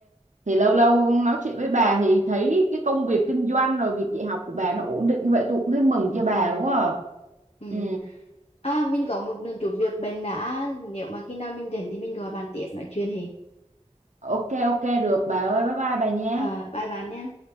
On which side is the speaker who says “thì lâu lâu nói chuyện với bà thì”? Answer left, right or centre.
Right